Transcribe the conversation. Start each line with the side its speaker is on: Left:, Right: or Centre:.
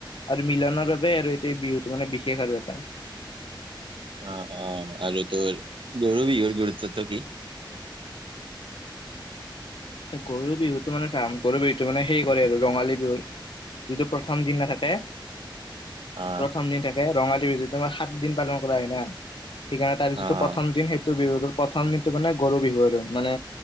Left: আৰু মিলনৰ বাবে আৰু এইটো বিহুতটো মানে বিশেষ আৰু এটা।
Right: অ' অ' আৰু তোৰ গৰু বিহুৰ গুৰুত্বটো কি?
Left: গৰু বিহুতটো মানে চাম গৰু বিহুতটো মানে সেই কৰে আৰু ৰঙালী বিহু যটো প্ৰথম দিন থাকে
Right: অ',
Left: প্ৰথম দিন থাকে ৰঙালী বিজুমাৰ সাত দিন পালন কৰা হয় না। সেইকাৰণে তাৰ যিটো
Right: অ',
Left: প্ৰথম দিন সেইটো বিহু প্ৰথম দিনটো মানে গৰু বিহু আৰু মানে